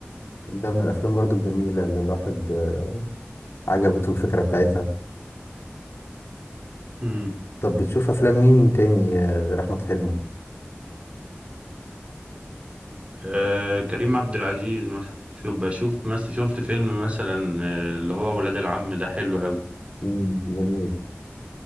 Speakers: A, on the left; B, on the right.
A: ده من الافلام برضو الجميله اللي الواحد آه، عجبته الفكره بتاعتها
B: امم
A: طب بتشوف افلام مين تاني آه، غير احمد حلمي
B: آه كريم عبد العزيز مثلا شوف بشوف مثلا شفت فيلم مثلا آه، اللي هو ولاد العم ده حلو قوي
A: امم جميل